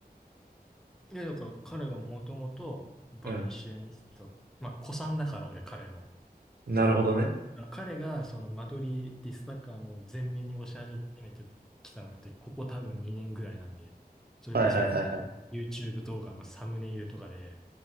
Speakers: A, in the centre; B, on the right (about 70°).
A: いや、だから彼がもともとバレンシアニスタ、
B: うん。
A: まあ、古参だから俺彼の。
B: なるほどね。
A: あの彼がそのマドリーディスタ感を前面に押し始めてきたのって、ここ多分2年ぐらいなんで、それこそ
B: はいはいはいはい。
A: YouTube 動画のサムネイルとかで、